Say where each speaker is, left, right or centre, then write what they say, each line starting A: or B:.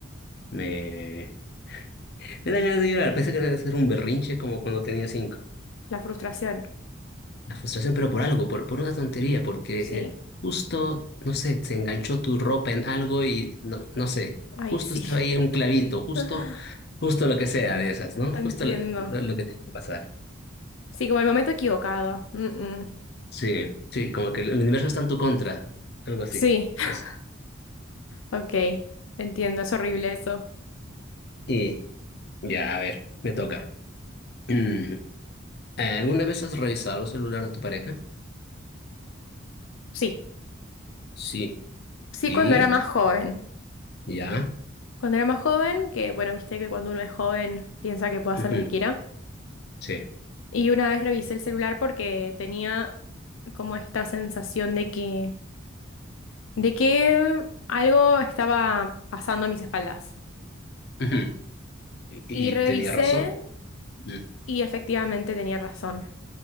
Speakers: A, on the left; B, on the left.
A: me, me dan ganas de llorar. Pensé que era hacer un berrinche como cuando tenía cinco.
B: la frustración.
A: La frustración, pero por algo, por, por una tontería, porque
B: Sí,
A: eh, justo, no sé, se enganchó tu ropa en algo y no, no sé,
B: ahí
A: justo
B: sí.
A: estaba ahí un clavito, justo,
B: <laughs>
A: justo lo que sea de esas, ¿no?
B: Entiendo.
A: Justo lo, lo- lo que tenía que pasar.
B: Sí, como el momento equivocado. Mm, mm.
A: Sí, sí, como que el universo está en tu contra, algo así.
B: Sí, <laughs>
A: Eso.
B: ok, entiendo, es horrible eso.
A: Y ya, a ver, me toca. <clears throat> Eh, ¿Alguna vez has revisado el celular de tu pareja?
B: Sí,
A: Sí.
B: sí,
A: ¿Y?
B: cuando era más joven.
A: ¿Ya?
B: Cuando era más joven, que bueno, viste que cuando uno es joven piensa que puede hacer
A: Ujú,
B: lo que quiera.
A: Sí.
B: Y una vez revisé el celular porque tenía como esta sensación de que, de que algo estaba pasando a mis espaldas.
A: Ujú. ¿Y,
B: Y
A: y
B: revisé
A: tenía razón? Mm.
B: y efectivamente tenía razón.